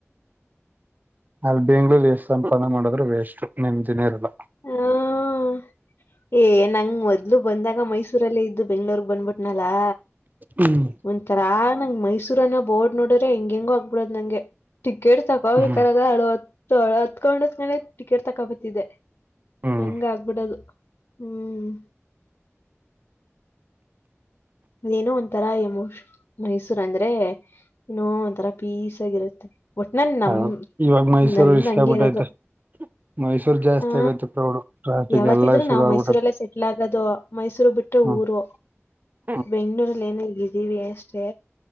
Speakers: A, on the right; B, on the left.
A: ಅಲ್ಲಿ ಬೆಂಗಳೂರ್ ಅಸ್ಟ್ ಸಂಪಾದಾನೆ ಮಾಡಿದ್ರರು ವೇಸ್ಟು ನಿಮ್ದಿನೇ ಇರಲ್ಲ
B: ಹಾ ಏ ನಂಗ್ ಮೊದ್ಲು ಬಂದಾಗ ಮೈಸೂರಲ್ಲೇ ಇದ್ದು ಬೆಂಗಳೂರು ಬಂದ್ಬಿಟ್ನ ಲಾ
A: ಹ್ಮ್
B: ಒಂಥರ ನಂಗ್ ಮೈಸೂರನ್ನ ಬೋರ್ಡ್ ನೋಡಿದ್ರೆ ಹೆಂಗ ಹೆಂಗ ಆಗ್ಬಿಡದ ನಂಗೆ ಟಿಕೆಟ್ ತಗೊೋಬೇಕರದ
A: ಹ್ಮ್
B: ಅಳವತ್ ಹತ್ಕೊಂಡ ಅತಕೊಂಡ್ ಟಿಕೆಟ್ ತಕೋಬತಿದೆ
A: ಹ್ಮ್
B: ಹಂಗ ಆಗ್ಬಿಡದು ಹ್ಮ್ ಏನೋ ಒಂಥರಾ ಎಮೋಶನ್ ಮೈಸೂರ್ ಅಂದ್ರೆ ಇನೋ ಒಂಥರಾ ಪೀಸ್ ಆಗಿರುತ್ತೆ ಒಟ್ಲಿಲಿ ನನ್
A: ಹೌದು
B: ನಮ
A: ಇವಾಗ ಮೈಸೂರು
B: ನಂದ
A: ರಿಸ್ಕ್
B: ಹಂಗಿರೋದು
A: ಆಗ್ಬಿಟ್ಟೈತೆ ಮೈಸೂರ್ ಜಾಸ್ತಿ
B: ಹಾ
A: ಆಗೈತೆ ಕ್ರೌಡ್ ಟ್ರಾಫಿಕ್
B: ಯಾವತ್ತಿದ್ರು
A: ಎಲ್ಲ ಶುರು
B: ನಾವ್
A: ಆಗ್ಬಿಟ್ಟೈತೆ
B: ಮೈಸೂರಲ್ಲೇ ಸೆಟ್ಲ್ ಆಗದು ಮೈಸೂರು ಬಿಟ್ಟ
A: ಹ್ಮ್
B: ಊರು
A: <unintelligible>
B: ಬೆಂಗಳೂರು ರಲ್ಲಿ ಏನ ಹೇಗಿದ್ದೀವಿ ಅಷ್ಟೇ